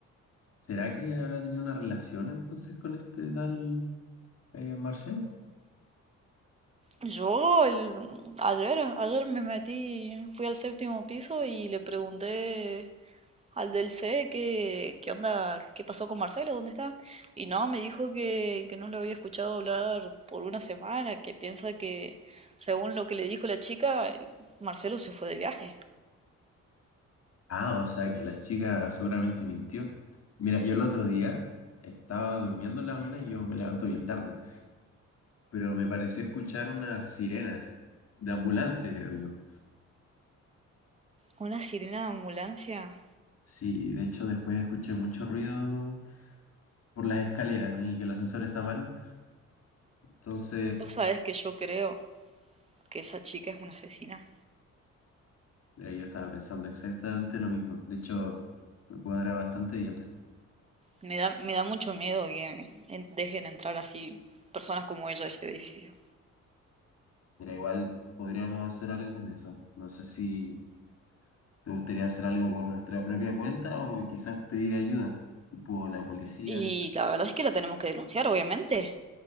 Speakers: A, on the left; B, on the right.
A: ¿Será que ella habrá tenido una relación entonces con este tal eh, Marcelo?
B: Yo el- ayer, ayer me metí, fui al séptimo piso y le pregunté al del C qué, qué onda, qué pasó con Marcelo, dónde está. Y no, me dijo que, que no lo había escuchado hablar por una semana, que piensa que según lo que le dijo la chica, Marcelo se fue de viaje.
A: Ah, o sea que la chica seguramente mintió. Mira, yo el otro día estaba durmiendo en la mañana y yo me levanto bien tarde, pero me pareció escuchar una sirena de ambulancia, creo yo.
B: Una sirena de ambulancia.
A: Sí, de hecho después escuché mucho ruido por las escaleras, ¿no? Y que el ascensor está malo. Entonces,
B: Vos sabés que yo creo que esa chica es una asesina.
A: mira, yo estaba pensando exactamente lo mismo. De hecho, me cuadra bastante bien.
B: Me da, me da mucho miedo que en- dejen entrar así personas como ella a este edificio.
A: Mira, igual podríamos hacer algo con eso. No sé si... ¿Te gustaría hacer algo por nuestra propia cuenta o quizás pedir ayuda? Tipo la policía,
B: Y la verdad es que la tenemos que denunciar, obviamente.